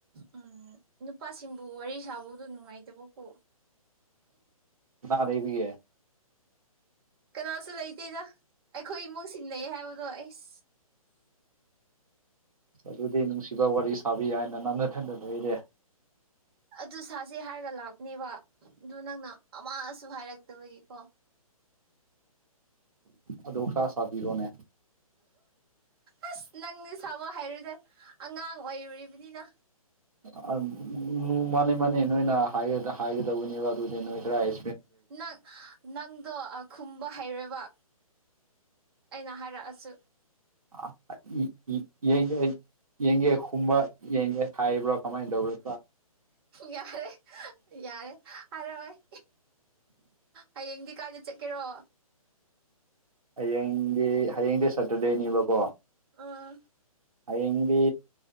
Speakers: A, on the right; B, on the right.
A: ꯎꯝ ꯅꯨꯄꯥꯁꯤꯡꯕꯨ ꯋꯥꯔꯤ ꯁꯥꯕꯗꯣ ꯅꯨꯡꯉꯥꯏꯇꯕꯀꯣ꯫
B: ꯇꯥꯗꯦꯕꯤ
A: ꯀꯅꯥꯁꯨ ꯂꯩꯇꯦꯗ ꯑꯩꯈꯣꯏ ꯏꯃꯨꯡ ꯁꯤꯟꯅꯩ ꯍꯥꯏꯕꯗꯣ ꯑꯩꯁ
B: ꯑꯗꯨꯗꯤ ꯅꯨꯡꯁꯤꯕ ꯋꯥꯔꯤ ꯁꯥꯕꯤ ꯌꯥ ꯍꯥꯏꯅ ꯅꯝꯊ ꯊꯟꯖꯕ ꯂꯩꯔꯦ
A: ꯑꯗꯨ ꯁꯥꯁꯦ ꯍꯥꯏꯔꯒ ꯂꯥꯛꯄꯅꯦꯕ ꯑꯗꯨ ꯅꯪꯅ ꯑꯃꯁꯨ ꯍꯥꯏꯔꯛꯇꯕꯒꯤꯀꯣ꯫
B: ꯑꯗꯨ ꯈꯔ ꯁꯥꯕꯤꯔꯣꯅꯦ꯫
A: ꯑꯁ ꯅꯪꯅ ꯁꯥꯕ ꯍꯥꯏꯔꯣꯏꯗ ꯑꯉꯥꯡ ꯑꯣꯏꯔꯤꯕꯅꯤꯅ꯫
B: ꯎꯝ ꯃꯥꯅꯤ ꯃꯥꯅꯤ ꯅꯣꯏꯅ ꯍꯥꯏꯒ ꯍꯥꯏꯒꯗꯧꯕꯅꯦꯕ ꯑꯗꯨꯗꯤ ꯅꯣꯏ ꯀꯔꯥꯏ꯫
A: ꯅꯪ ꯅꯪꯗꯣ ꯈꯨꯝꯕ ꯍꯩꯔꯣꯏꯕ ꯑꯩꯅ ꯍꯥꯏꯔꯛꯑꯁꯨ꯫
B: ꯑꯥ ꯑ ꯏ ꯏ ꯌꯦꯡꯒꯦ ꯌꯦꯡꯒꯦ ꯍꯨꯝꯕ ꯌꯦꯡꯒꯦ ꯍꯥꯏꯕ꯭ꯔꯥ ꯀꯃꯥꯏꯅ ꯇꯧꯕ꯭ꯔꯣ꯫
A: ꯌꯥꯔꯦ ꯌꯥꯔꯦ ꯍꯥꯏꯔꯛꯑꯣꯏ꯫ ꯍꯌꯦꯡꯗꯤ ꯀꯥꯏꯗ ꯆꯠꯀꯦꯔꯣ꯫
B: ꯍꯌꯦꯡꯗꯤ ꯍꯌꯦꯡꯗꯤ ꯁꯇꯔꯗꯦꯅꯦꯕꯀꯣ꯫
A: ꯑꯥ
B: ꯍꯌꯦꯡꯗꯤ